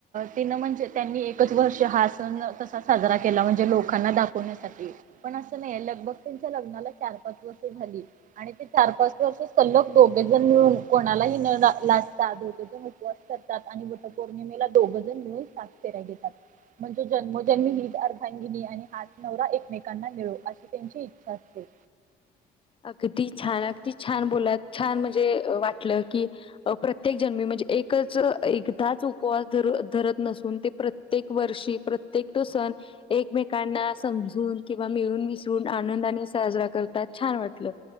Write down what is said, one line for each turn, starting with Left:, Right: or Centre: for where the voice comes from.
Right: तिनं म्हणजे त्यांनी एकच वर्ष हा सण त साजरा केला म्हणजे लोकांना दाखवण्यासाठी पण अस नाही ल त्यांच्या ल च पाच वर्ष झाली आणि ते चार पाच वर्ष सलग दोघे जण मिळून कोणालाही न ला पस करात वटपौर्णिमेला दोघ जण मिळून सा फे घात म्हण जन्मोजन्मी हीित अर्भांगिनी आणि हात नवरा एकमेकांना मिळो अशी त्यांची इच्छा असते
Left: <inaudible> अगदी छान अगदी छान बोलात छान म्हणजे वाटलं की प्रत्येक जन्मी म्ह एकच एकदाच उपवास करत नसून ती प्रत्येक वर्षी प्रत्ये सण एकमेकांना समजून किंवा मिळून विसरून आनंदाने साजरा करतात छान वाटत